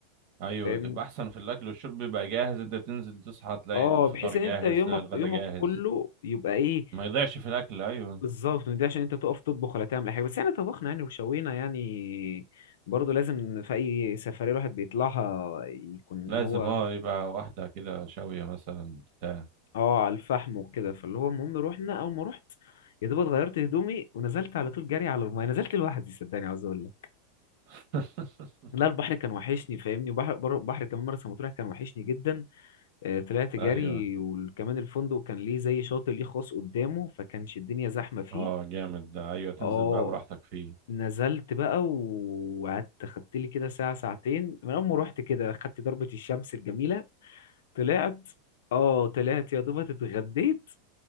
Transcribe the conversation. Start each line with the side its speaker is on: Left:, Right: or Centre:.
Right: أيوه
Left: فاهمني
Right: تبقى أحسن في الأكل والشرب بيبقى جاهز أنت بتنزل تصحى تلاقي
Left: اه
Right: الفطار
Left: بحيث
Right: جاهز
Left: ان انت يومك
Right: تلاقي الغدا
Left: يومك
Right: جاهز
Left: كله يبقى ايه
Right: ما يضيعش في الأكل أيوه
Left: بالظبط من ده عشان انت تقف تطبخ ولا تعمل أي حاجه بس احنا طبخنا يعني وشوينا يعني برضه لازم في اي سفريه الواحد بيطلعها يكون اللي
Right: لازم
Left: هو
Right: أه يبقى واحدة كده شاوية مثلا بتاع
Left: اه على الفحم وكده فاللي هو المهم روحنا اول ما رحت يا دوب اتغيرت هدومي ونزلت على طول جري على المايه نزلت لوحدي صدقني عاوز اقول لك
Right: <laughs>
Left: لا البحر كان وحشني فاهمني وبحر بر- بحر كمان مرسى مطروح كان وحشني جدا آه، طلعت جري
Right: أيوه
Left: وكمان الفندق كان ليه زي شاطئ ليه خاص قدامه فكانش الدنيا زحمه فيه
Right: أه جامد ده أيوه تنزل
Left: اه
Right: بقى براحتك فيه
Left: نزلت بقى و- وقعدت خدت لي كده ساعة ساعتين من أول ما روحت كده خدت ضربة الشمس الجميلة طلعت اه طلعت يا دوبك اتغديت